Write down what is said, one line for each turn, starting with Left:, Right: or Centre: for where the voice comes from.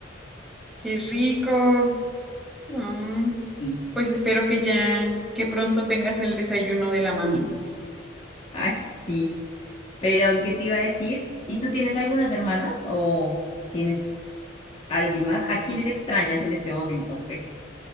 Centre: qué rico. Ah,
Left: Y,
Centre: pues espero que ya, que pronto tengas el desayuno de la mami.
Left: ay, sí. Pero, ¿qué te iba a decir? ¿Y tú tienes algunos hermanos o tienes alguien más? ¿A quiénes extrañas en este momento? Pues,